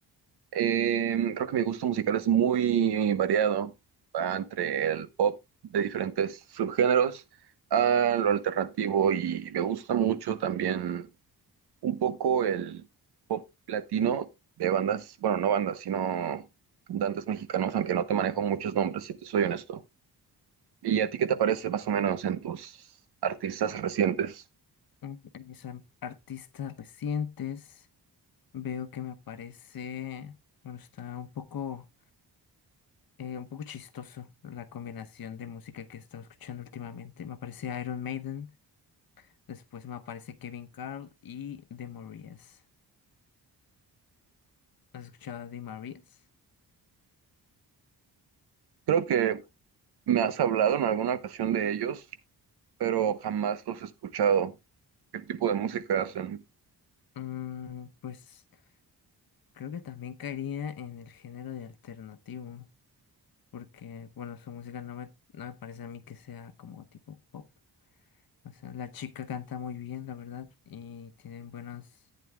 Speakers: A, on the right; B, on the left.
A: Eh, creo que mi gusto musical es muy variado, va entre el pop de diferentes subgéneros a lo alternativo y me gusta mucho también. un poco el latino de bandas, bueno, no bandas, sino cantantes mexicanos, aunque no te manejo muchos nombres, si te soy honesto. ¿Y a ti qué te parece más o menos en tus artistas recientes?
B: Mm, En mis ar- artistas recientes veo que me aparece, bueno, está un poco, eh, un poco chistoso la combinación de música que he estado escuchando últimamente. Me aparece Iron Maiden, después me aparece Kevin Carl y The Marías. ¿Has escuchado a The Marías?
A: Creo que me has hablado en alguna ocasión de ellos, pero jamás los he escuchado. ¿Qué tipo de música hacen?
B: Mm, pues creo que también caería en el género de alternativo. porque, bueno, su música no me, no me parece a mí que sea como tipo pop. O sea, la chica canta muy bien, la verdad, y tienen buenas,